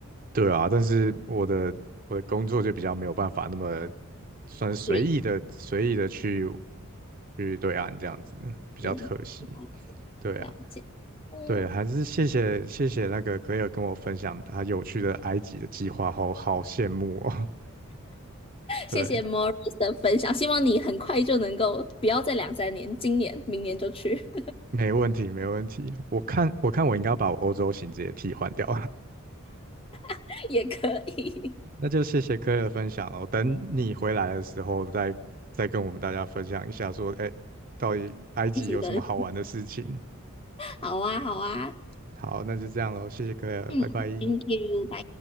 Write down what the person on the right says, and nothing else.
对啊，但是我的我的工作就比较没有办法那么算是随意的随意的去
去对岸这样子，比较可惜。
对啊。
对，还是谢谢谢谢那个 Claire 跟我分享他有趣的埃及的计划，好好羡慕哦。<laughs> 对，
没问题没问题。我看我看我应该要把我欧洲行直接替换掉，
<laughs> 那就谢谢 Claire 的分享哦。等你回来的时候再再跟我们大家分享一下说，哎，到底埃及有什么好玩的事情。
好，那就这样喽，谢谢 Claire，
拜拜。